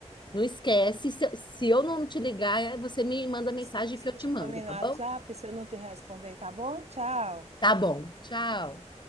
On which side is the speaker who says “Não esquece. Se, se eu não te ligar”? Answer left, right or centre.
Left